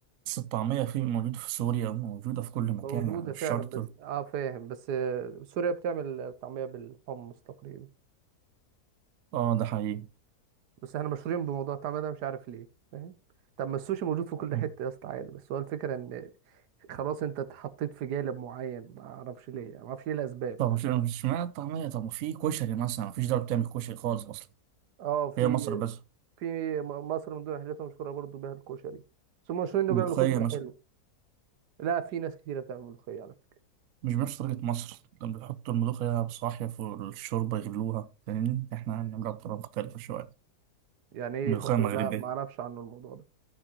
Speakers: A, on the right; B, on the right.
A: بس الطعمية في موجودة في سوريا وموجودة في كل مكان
B: موجودة
A: يعني مش
B: فعلا
A: شرط
B: بس اه فاهم بس آه، سوريا بتعمل طعمية بالحمص تقريبا
A: اه ده حقيقي
B: بس احنا مشهورين بموضوع الطعمية ده مش عارف ليه فاهم طب ما السوشي موجود في كل
A: أمم.
B: حتة يا اسطى عادي بس هو الفكرة ان خلاص انت اتحطيت في جانب معين ما اعرفش ليه ما اعرفش ايه الاسباب
A: طب مش مش معنى الطعمية طب في كشري مثلا مفيش دولة بتعمل كشري خالص أصلا
B: اه في
A: هي مصر بس
B: في م- مصر من ضمن الحاجات المشهوره برضو بيها الكشري بس هم مشهورين
A: ملوخية
B: انه بيعملوا كشري
A: مثلا
B: حلو لا في ناس كتيره بتعمل ملوخيه على فكره
A: مش بنفس طريقة مصر لما بيحطوا الملوخية بصاحية في الشوربة يغلوها فاهمني احنا بنعملها بطريقة مختلفة شوية
B: يعني ايه
A: ملوخية
B: يحطوا
A: مغربية
B: لا ما اعرفش عنه الموضوع ده